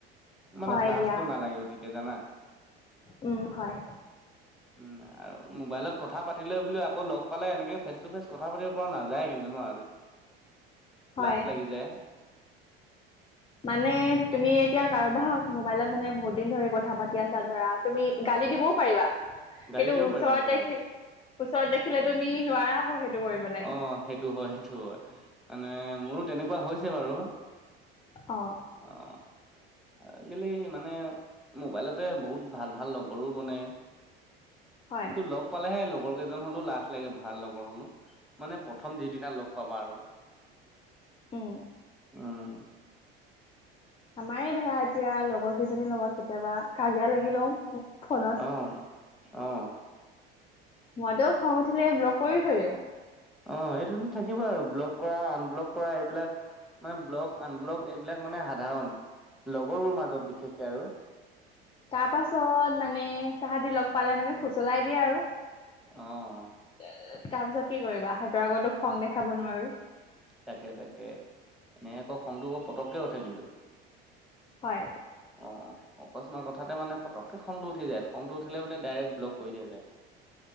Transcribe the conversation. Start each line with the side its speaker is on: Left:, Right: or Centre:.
Centre: মানে
Left: হয়
Centre: লাজটো
Left: দিয়া
Centre: নালাগিব তেতিয়া জানা।
Left: উম, হয়।
Centre: উমঁ' আৰু মোবাইলত কথা পাতিলে বোলো আকৌ লগ পালে এনেকে ফেচ তো ফেচ কথা পাতিব পৰা নাযায় কিন্তু ন' আজি,
Left: হয়
Centre: লাজ লাগি যায়।
Left: মানে তুমি এতিয়া কাৰোবাক মোবাইলত মানে বহুত দিন ধৰি কথা পাতি আছা ধৰা তুমি গালি
Centre: অ
Left: দিবও পাৰিবা
Centre: গালি
Left: কিন্তু
Centre: দিব
Left: ওচৰত
Centre: পাৰিব মোবাইলত
Left: দেখি, ওচৰত দেখিলে তুমি নোৱাৰা আকৌ সেইটো। কৰিবলৈ
Centre: অঁ, সেইটো হয় সেইটো হয় মানে মোৰো তেনেকুৱা হৈছে বাৰু।
Left: অঁ।
Centre: অঁ। আজিকালি মানে মোবাইলতে বহুত ভাল-ভাল লগৰো বনে।
Left: হয়
Centre: কিন্তু লগ পালেহে লগৰ কেইজন হ'লেও লাজ লাগে ভাল লগৰ হলো। মানে প্ৰথম যিদিনা লগ পাবা আৰু।
Left: উমঁ'।
Centre: উম
Left: আমাৰে ধৰা এতিয়া লগৰ কেইজনীৰ লগত কেতিয়াবা কাজিয়া লাগি লওঁ ফোনত।
Centre: অ অ
Left: মইতো খং উথিলে ব্লক কৰি থৈ দিওঁ।
Centre: অঁ, এইটোতো থাকিব আৰু ব্লক কৰা আনব্লক কৰা এইবিলাক মানে ব্লক আনব্লক এইবিলাক মানে সাধাৰণ। লগৰবোৰ মাজত বিশেষকে আৰু
Left: তাৰ পাছত মানে তাহাঁতি লগ পালে মানে ফুচলাই দিয়ে আৰু
Centre: অ,
Left: এ এ তাৰ পিছত কি কৰিবা সিহঁতৰ আগতো খং দেখাব নোৱাৰো
Centre: তাকে-তাকে এনেকৈ খংতু বৰ পতককৈ উঠে কিন্তু
Left: হয়,
Centre: অ, অকস্মাত কথাতে মানে পটকে খংটো উঠি যায় খংটো উঠিলে বোলে ডাইৰেক্ট ব্লক কৰি দিয়া যায়